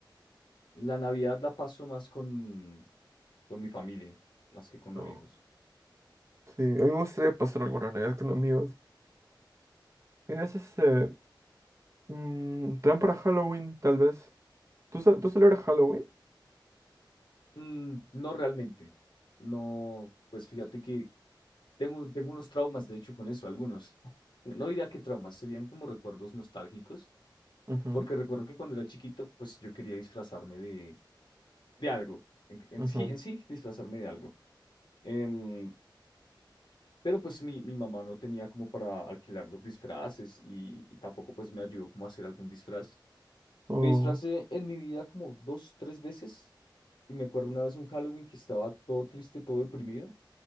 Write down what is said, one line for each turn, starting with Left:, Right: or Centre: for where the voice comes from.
Left: La Navidad la paso más con, con mi familia, más que con
Right: No.
Left: amigos.
Right: Sí, a mí me gustaría pasar alguna Navidad con amigos. ¿Tienes ese mm, plan para Halloween, tal vez? ¿Tú, ce- tú celebras Halloween?
Left: Mm, no realmente. No, pues fíjate que tengo, tengo unos traumas, de hecho, con eso, algunos. <laughs> No diría que traumas, serían como recuerdos nostálgicos,
Right: Ujú,
Left: porque recuerdo que cuando era chiquito, pues yo quería disfrazarme de, de algo. En, en
Right: ujú.
Left: sí, en sí, disfrazarme de algo. Em, pero pues mi, mi mamá no tenía como para alquilar los disfraces y, y tampoco pues me ayudó como a hacer algún disfraz.
Right: Oh,
Left: Me disfracé en mi vida como dos, tres veces. Y me acuerdo una vez un Halloween que estaba todo triste, todo deprimido.